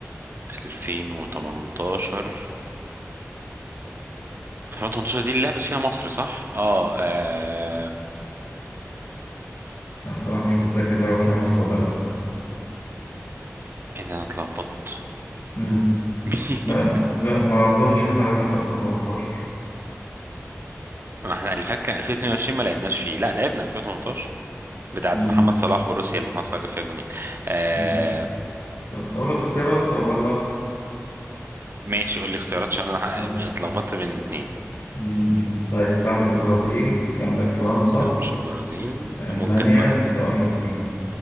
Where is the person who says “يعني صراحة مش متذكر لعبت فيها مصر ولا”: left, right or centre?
Left